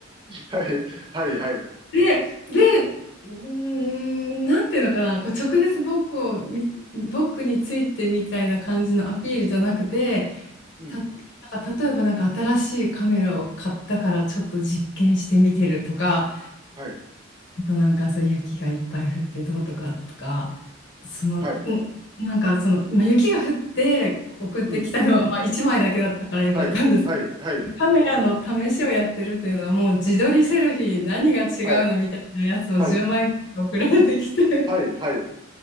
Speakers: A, on the right; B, on the left.
A: はい、はい、はい、
B: て、で、うーん、なんていうのかな、こう直接僕をみ、僕についてみたいな感じのアピールじゃなくて、
A: うん、
B: た、なんか例えばなんか新しいカメラを買ったからちょっと実験してみてるとか、
A: はい、
B: あとなんかそう雪がいっぱい降ってどうとかとか、その、
A: はい、
B: んなんかその、今雪が降って送ってきたのはまあ1枚だけだったからよかったんですけ
A: うん、はい、はい、はい、
B: ど、<laughs> カメラの試しをやってるっていうのはもう自撮りセルフィー何が違うのみたいなやつを10枚ぐらい送られてきて、
A: はい、はい、はい、はい。